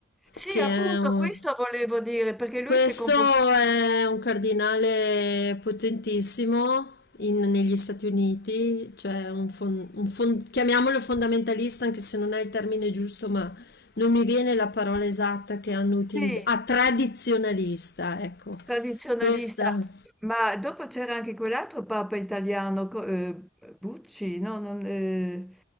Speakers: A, in the centre; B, on the left.
A: sì,
B: che
A: appunto
B: è un,
A: questo volevo dire, perché lui
B: questo
A: si è comportato...
B: è un cardinale potentissimo in- negli Stati Uniti, cioè un fon- un fon- chiamiamolo fondamentalista, anche se non è il termine giusto, ma non mi viene la parola esatta che hanno
A: Sì,
B: utilizzato. Ah, tradizionalista, ecco,
A: tradizionalista,
B: questa.
A: ma dopo c'era anche quell'altro papa italiano, co- ehm, Bucci, no, non, eh,